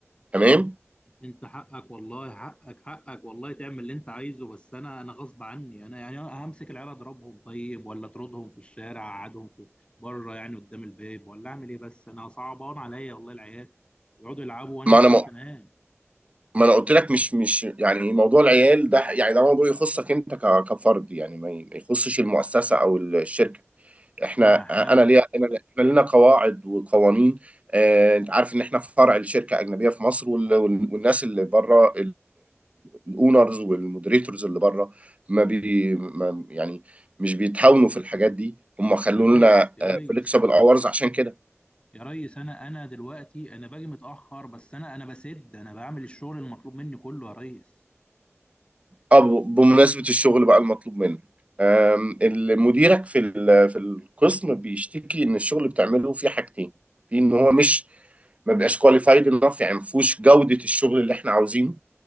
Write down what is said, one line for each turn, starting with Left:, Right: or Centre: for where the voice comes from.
Right: تمام
Left: انت حقك والله حقك حقك والله تعمل اللي انت عايزه بس انا انا غصب عني انا يعني همسك العيال اضربهم طيب ولا اطردهم في الشارع اقعدهم في بره يعني قدام الباب ولا اعمل ايه بس انا صعبان عليا والله العيال يقعدوا يلعبوا وانا
Right: ما
Left: مش
Right: أنا
Left: عارف
Right: م...
Left: انام
Right: ما أنا قلت لك مش مش يعني موضوع العيال ده يعني ده موضوع يخصك أنت ك... كفرد يعني ما ي- ما يخصش المؤسسة أو الشركة احنا
Left: انا هحاول
Right: انا ليا انا احنا لنا قواعد وقوانين آه، انت عارف ان احنا فرع لشركه اجنبيه في مصر وال- وال- والناس اللي بره الاونرز والمودريتورز اللي بره ما بي ما يعني مش بيتهاونوا في الحاجات دي هم خلوا
Left: يا ريس
Right: لنا
Left: يا ريس
Right: فليكسبل اورز عشان كده
Left: يا ريس انا انا دلوقتي انا باجي متاخر بس انا انا بسد انا بعمل الشغل المطلوب مني كله يا ريس
Right: اه ب- بمناسبة الشغل بقى المطلوب منك آم، اللي مديرك في ال- في القسم بيشتكي ان الشغل اللي بتعمله فيه حاجتين في ان هو مش ما بيبقاش كواليفايد انف يعني ما فيهوش جودة الشغل اللي احنا عاوزينه